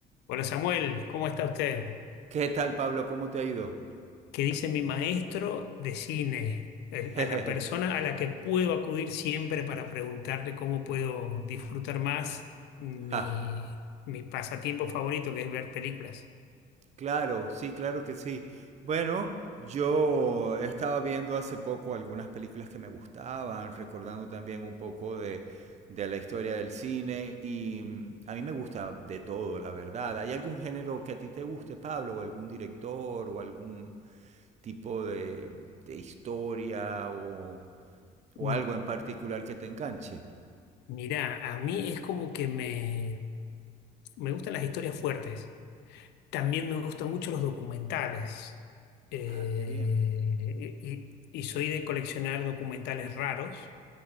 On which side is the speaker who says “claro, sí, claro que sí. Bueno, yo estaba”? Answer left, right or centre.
Right